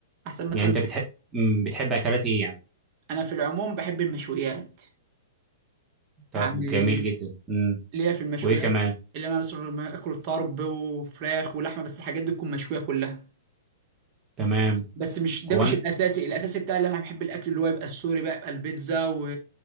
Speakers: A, on the right (about 40°); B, on the right (about 20°).
A: احسن مثلا
B: يعني انت بتحب مم، بتحب اكلات ايه يعني
A: انا في العموم بحب المشويات
B: طب
A: يعني
B: جميل جدا مم.
A: ليا في المشويات
B: وايه كمان
A: اللي انا مثلا لما اكل طرب وفراخ ولحمه بس الحاجات دي تكون مشويه كلها
B: تمام
A: بس مش ده
B: هو
A: مش
B: انا
A: الاساسي الاساسي بتاعي اللي انا بحب الاكل اللي هو يبقى السوري بقى يبقى البيتزا و...